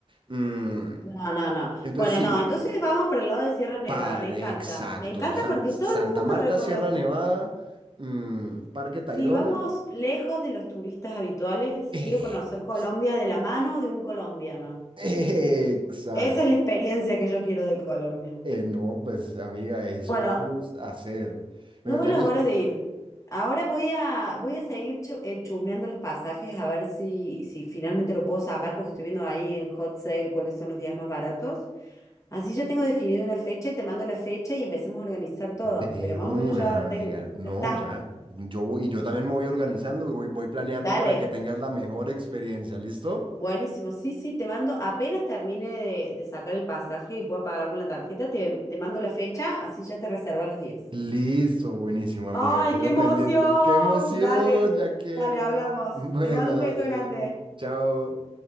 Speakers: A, on the right; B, on the left.
A: Mm,
B: No, no, no.
A: entonces,
B: Bueno,
A: sí,
B: no, entonces vamos por el lado de Sierra Nevada,
A: pa-
B: me
A: exacto.
B: encanta. Me encanta
A: En San-
B: porque
A: Santa
B: todo el mundo
A: Marta,
B: me recomienda.
A: Sierra Nevada, mm, Parque Tayrona.
B: Sí, vamos lejos de los turistas habituales.
A: Ex-
B: Quiero conocer Colombia de la mano de un colombiano.
A: <laughs> Exacto.
B: Esa es la experiencia que yo quiero de Colombia.
A: Eh, no, pues amiga, eso
B: Bueno,
A: vamos a hacer. Bueno,
B: no veo
A: ya
B: las
A: yo,
B: horas de ir. Ahora voy a, voy a seguir chu- eh, chusmeando los pasajes a ver si, si finalmente lo puedo sacar porque estoy viendo ahí en Hot Sale cuáles son los días más baratos. Así yo tengo definido una fecha y te mando la fecha y empecemos a organizar todo.
A: De
B: Pero más
A: una,
B: o menos ya
A: amiga.
B: tengo,
A: No,
B: ya está.
A: ya. Yo voy, y yo también me voy organizando, voy, voy planeando
B: Dale.
A: para que tengas la mejor experiencia. ¿Listo?
B: Buenísimo. Sí, sí, te mando, apenas termine de, de sacar el pasaje y pueda pagar con la tarjeta, te, te mando la fecha, así ya te reservas los días.
A: Listo, buenísimo, amiga.
B: ¡Ay,
A: Quedo
B: qué emoción!
A: pendiente. ¡Qué emoción!
B: Dale,
A: Ya quiero.
B: dale, hablamos.
A: <laughs> Bueno,
B: Te mando
A: dale.
B: un beso grande.
A: Chao.